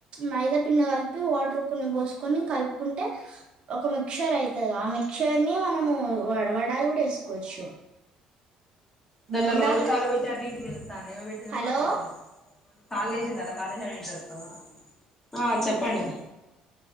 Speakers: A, on the right; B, on the left.
A: మైదా పిండి కలిపి వాటర్ కొన్ని పోసుకొని కలుపుకుంటే ఒక మిక్చర్ అవుతుంది ఆ మిక్చర్ ని మనము వడవడాలు కూడా వేసుకోవచ్చు
B: ఇదల్
A: బోండాల
B: రెండు కాలు బేట అది హ ఇగి తనిీమ పెట్టిింద
A: హలో
B: వాన పెట్టింద కళ చేసింది అలా కాళతాను ఆ చెప్పండి